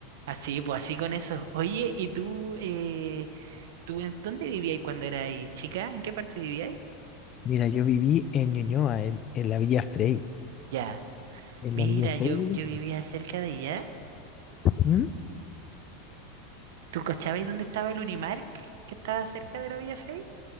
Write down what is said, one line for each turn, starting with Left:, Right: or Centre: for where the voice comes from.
Right: Así, pues así con eso. Oye, ¿y tú, eh, tú en dónde vivías cuando eras chica? ¿En qué parte vivías?
Left: Mira, yo viví en Ñuñoa, en, en la Villa Frey.
Right: Ya,
Left: En
Right: mira,
Left: la Villa
Right: yo,
Left: Frey, viví
Right: yo
Left: yo.
Right: vivía cerca de allá.
Left: ¿Mm?
Right: ¿Tú cachabas dónde estaba el Unimark que estaba cerca de la Vía Fey?